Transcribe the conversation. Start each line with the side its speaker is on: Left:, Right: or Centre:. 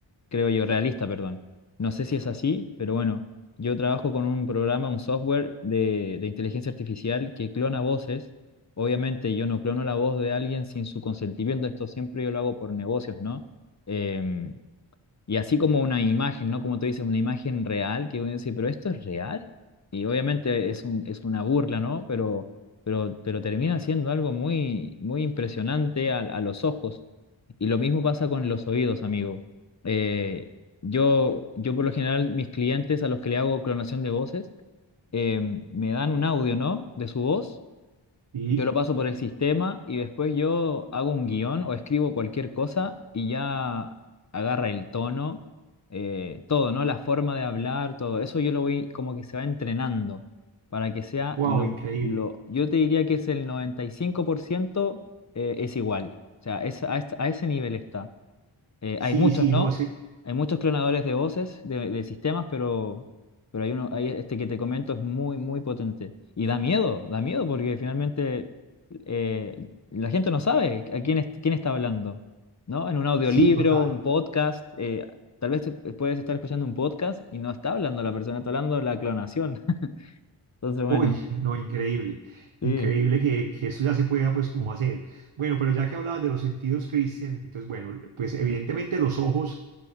Left: creo yo, realista, perdón. No sé si es así, pero bueno, yo trabajo con un programa, un software de, de inteligencia artificial que clona voces. Obviamente yo no clono la voz de alguien sin su consentimiento, esto siempre yo lo hago por negocios, ¿no? Em, y así como una imagen, ¿no? Como tú dices, una imagen real, que uno dice, pero esto es real. Y obviamente es un, es una burla, ¿no? Pero, pero, pero termina siendo algo muy, muy impresionante a, a los ojos. Y lo mismo pasa con los oídos, amigo. Eh, yo, yo por lo general, mis clientes a los que le hago clonación de voces, eh, me dan un audio, ¿no? De su voz.
Right: y
Left: Yo lo paso por el sistema y después yo hago un guión o escribo cualquier cosa y ya agarra el tono, eh, todo, ¿no? La forma de hablar, todo. Eso yo lo voy como que se va entrenando para que sea
Right: wow,
Left: lo,
Right: increíble.
Left: lo, yo te diría que es el 95% eh, es igual. O sea, es, a, es- a ese nivel está. Eh,
Right: Sí,
Left: hay muchos,
Right: sí,
Left: ¿no?
Right: no sé,
Left: Hay muchos clonadores de voces, de, de sistemas, pero, pero hay uno, hay este que te comento es muy, muy potente. Y da miedo, da miedo porque finalmente eh, la gente no sabe a quién, es- quién está hablando, ¿no? En un audiolibro,
Right: sí, total.
Left: un podcast, eh, tal vez te- puedes estar escuchando un podcast y no está hablando la persona, está hablando la clonación. <laughs> Entonces, bueno,
Right: Uy, <laughs> no, increíble.
Left: sí.
Right: Increíble que, que eso ya se pueda, pues, como hacer. Bueno, pero ya que hablabas de los sentidos, Cristian, entonces, bueno, pues, evidentemente los ojos